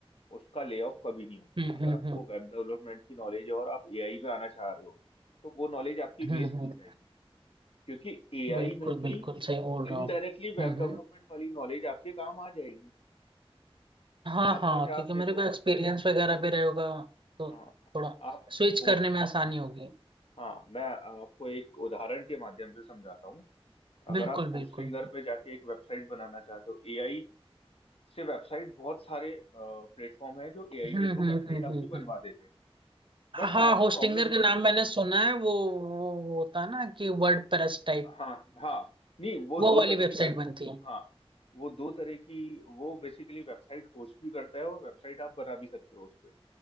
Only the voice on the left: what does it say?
उसका ले ऑफ कभी नहीं होता
अगर
आपको
वेब डेवलपमेंट की नॉलेज है और आप एआई में आना चाह रहे हो तो वो नॉलेज आपकी
वेस्ट
नहीं जाएगी क्योंकि एआई
में भी
इनडायरेक्टली
वेब डेवलपमेंट
वाली नॉलेज आपके काम आ जाएगी
अब
आज
आप देखो
हाँ
आप
होस्ट
हाँ मैं आपको एक उदाहरण के माध्यम से समझाता हूँ अगर
आप होस्टिंगर
पे जाके एक वेबसाइट बनाना चाहते हो एआई से वेबसाइट बहुत सारे प्लेटफॉर्म है जो एआई
के थ्रू
वेबसाइट
आपकी
बनवा
देते हैं बट
वहां पर
प्रॉब्लम
हाँ हाँ नहीं वो
दो
तरह
की वेबसाइट
हाँ वो दो तरह की वो बेसिकली वेबसाइट होस्ट भी करता है और वेबसाइट आप बना भी सकते हो उस पे